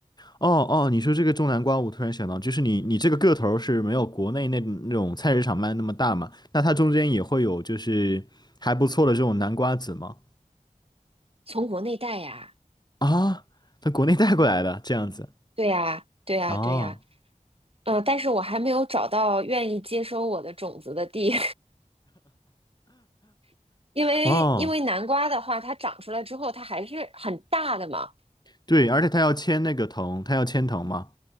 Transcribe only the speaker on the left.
哦哦，你说这个种南瓜，我突然想到，就是你你这个个头儿是没有国内那那种菜市场卖的那么大嘛？那它中间也会有就是还不错的这种南瓜籽吗？
啊，从国内带过来的这样子。
哦
哦，
对，而且他要签那个藤，他要签藤嘛。